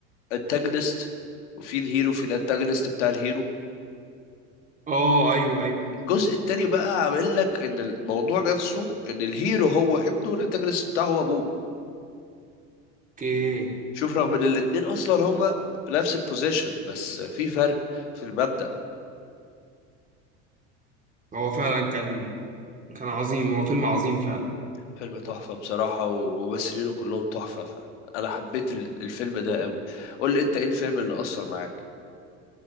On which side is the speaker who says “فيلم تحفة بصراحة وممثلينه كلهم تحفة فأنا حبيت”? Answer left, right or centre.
Left